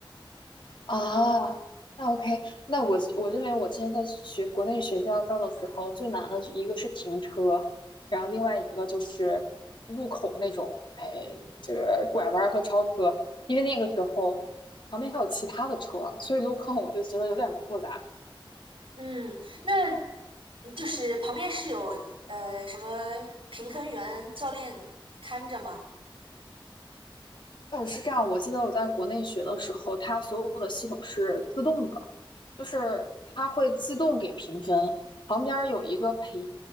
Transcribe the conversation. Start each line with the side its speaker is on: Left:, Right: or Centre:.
Left: 啊，那 OK，那我我认为我之前在学国内学驾照的时候，最难的一个是停车，然后另外一个就是路口那种，哎，这个拐弯儿和超车，因为那个时候旁边还有其他的车，所以路况我就觉得有点复杂。
Right: 嗯，那就是旁边是有呃什么评分员、教练看着吗？
Left: 呃，是这样，我记得我在国内学的时候，它所有的系统是自动的，就是它会自动给评分，旁边儿有一个陪，